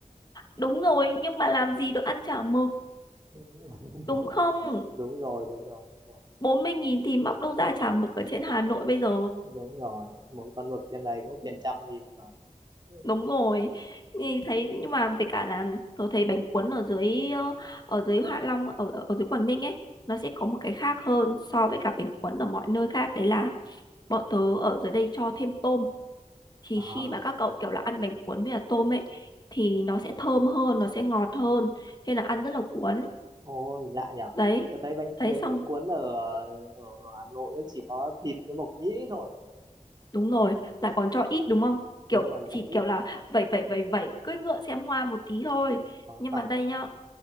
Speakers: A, on the left; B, on the right.
A: đúng rồi, nhưng mà làm gì được ăn chả mực,
B: Ừ, <laughs>
A: đúng không?
B: đúng rồi đúng rồi đúng rồi
A: bốn mươi nghìn thì móc đâu ra chả mực ở trên Hà Nội bây giờ.
B: đúng rồi mỗi con mực trên này cũng tiền trăm nghìn rồi Ừ.
A: đúng rồi thì thấy nhưng mà về cả là tôi thấy bánh cuốn ở dưới ờ, ở dưới Hạ Long ở ở ở dưới Quảng Ninh ấy nó sẽ có một cái khác hơn so với cả bánh cuốn ở mọi nơi khác đấy là bọn tớ ở dưới đây cho thêm tôm thì
B: à,
A: khi mà các cậu kiểu là ăn bánh cuốn với cả tôm ấy thì nó sẽ thơm hơn nó sẽ ngọt hơn nên là ăn rất là cuốn
B: Ôi lạ nhở
A: đấy
B: Tôi thấy bánh
A: đấy
B: bánh
A: xong
B: bánh cuốn ở, ở, ở Hà Nội nó chỉ có thịt với mộc nhĩ thôi.
A: Đúng rồi, lại còn cho ít đúng không?
B: Đúng
A: Kiểu
B: rồi lại
A: chỉ
B: còn ít
A: kiểu là
B: nữa.
A: vẩy vẩy vẩy vẩy cưỡi ngựa xem hoa một tí thôi.
B: Có
A: Nhưng
B: phải.
A: mà đây nhá,